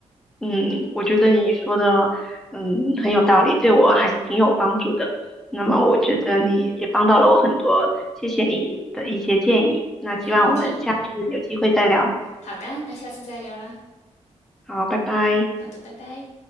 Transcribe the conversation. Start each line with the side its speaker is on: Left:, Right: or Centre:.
Centre: 嗯，我觉得你说的，嗯，很有道理，对我还是挺有帮助的。那么我觉得你也帮到了我很多，谢谢你的一些建议。那希望我们下次有机会再聊。
Left: 没问题，好的，那下次再聊啦。
Centre: 好，拜拜。
Left: 好的，拜拜。